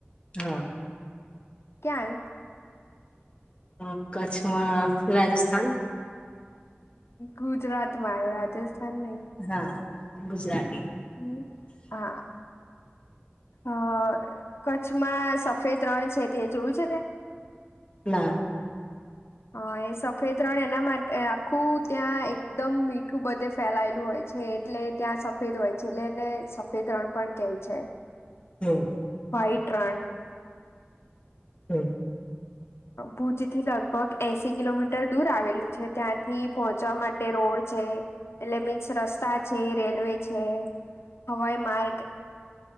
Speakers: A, on the left; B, on the left.
A: હા.
B: કેમ?
A: હ કચ્છમાં રાજસ્થાન?
B: ગુજરાત માં આયુ રાજસ્થાન નઈ.
A: હા ગુજરાત.
B: હમ હા. અ કચ્છમાં સફેદ રણ છે તે જોયું છે તે.
A: ના.
B: હ એ સફેદ રણ એના માટે આખું. ત્યાં એકદમ મીઠું બધે ફેલાયેલું હોય છે એટલે ત્યાં સફેદ હોય છે એટલે એને સ. સફેતરણ પણ કહે છે.
A: હમ.
B: White run.
A: હમ.
B: ભુજ થી લગભગ એશી કિલોમીટર દૂર આવેલું છે ત્યાંથી પહોંચવા માટે રોડ છે. એટલે મીન્સ રસ્તા છે રેલવે છે હવાઈ માર્ગ.